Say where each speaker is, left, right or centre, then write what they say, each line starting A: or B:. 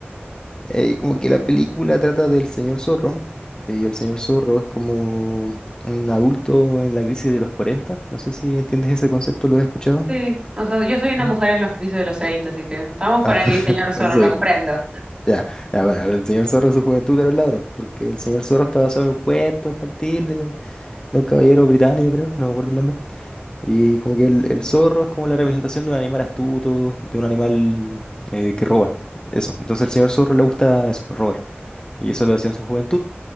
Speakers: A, on the left (about 20°); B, on the right (about 25°).
A: eh, como que la película trata del señor zorro, eh, y el señor zorro es como un adulto en la crisis de los cuarenta No sé si entiendes ese concepto, ¿lo has escuchado?
B: Sí, o sea, yo soy una
A: ¿No?
B: mujer en los crisis de los treinta así que estamos por
A: Ah,
B: ahí,
A: <laughs>
B: señor Zorro,
A: sí.
B: lo comprendo.
A: Ya, ya, bueno, el señor Zorro en su juventud era un ladrón, porque el señor Zorro está basado en un cuento infantil de, de un caballero británico, creo, no me acuerdo el nombre. Y como que el, el zorro es como la representación de un animal astuto, de un animal eh, que roba. Eso. Entonces al señor zorro le gusta eso, robar. Y eso lo hacía en su juventud.